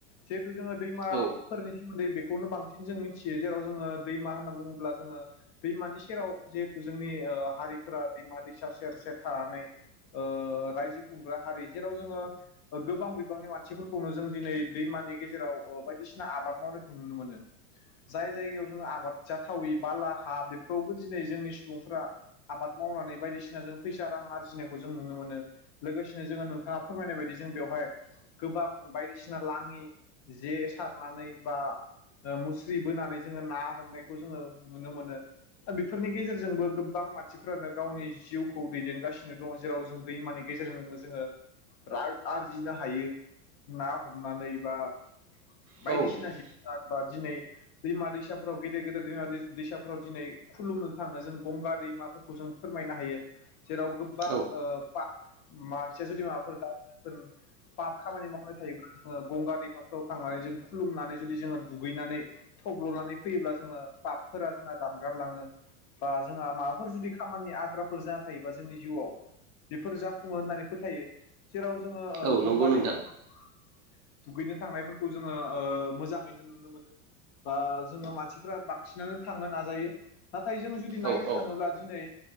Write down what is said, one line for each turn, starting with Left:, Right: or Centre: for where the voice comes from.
Left: जिहेथु जोङो दैमाफोरनि
Right: औ
Left: सोमोन्दै बेखौनो बांसिन जों मिथियो जेराव जोङो दैमा होनना बुङो अब्ला जोङो दैमानि सेराव जिहेथु जोंनि ओ हारिफोरा दैमा दैसा सेर सेर थानानै ओ रायजो खुंग्रा हारि जेराव जोङो गोबां बिबांनि मानसिफोरखौनो जों दिनै दैमानि गेजेराव बायदिसिना आबाद मावनायखौ नुनो मोनो जाय जायगायाव जोङो आबाद जाथावै बाला हा बेफोरावबो दिनै जोंनि सुबुंफोरा आबाद मावनानै बायदिसिना जों फैसा रां आरजिनाय खौ जों नुनो मोनो लोगोसेनो जोङो नोंथाङा फोरमायनाय बायदि जों बेवहाय गोबां बायदिसि सिना लाङि जे सारनानै बा ओ मुस्रि बोनानै जोङो ना हमनायखौ जोङो नुनो मोनो दा बेफोरनि गेजेरजोंबो गोबां गोबां मानसिफ्रानो गावनि जिउखौ दैदेनगासिनो दङ जेराव जों दैमानि गेजेरजोंनो जोङो रां आरजिनो हायो ना हमनानै बा बायदिसिना
Right: औ नोंथां
Left: जिब बा दिनै दैमा दैसाफोराव गेदेर गेदेर दैमा दैसाफोराव दिनै खुलुमनो थाङो जों गंगा दैमाफोरखौ जों फोरमायनो हायो जेराव गोबां
Right: औ
Left: ओ पा मानसिया जुदि माबाफोर द पाब खामानि मावबाय थायोब्ला जोङो गंगा दैमाफोराव थांनानै जों खुलुमनानै जुदि जोङो दुगैनानै थब्ल'नानै फैयोब्ला जोङो पापफोरा जोंहा दानगारलाङो। बा जोंहा माबाफोर जुदि खामानि आद्राफोर जाना थायोबा जोंनि जिउआव बेफोर जाफुङो होननानै फोथायो जेराव जोङो ओ
Right: औ नंगौ
Left: गंगा
Right: नोंथां
Left: दैमाफोर दुगैनो थांनायफोरखौ जोङो मोजाङैनो नुनो मोनो। बा जोङो मानसिफ्रा बांसिनानो थांनो नाजायो नाथाय जों जुदि नायनो
Right: औ औ
Left: थाङोब्ला दिनै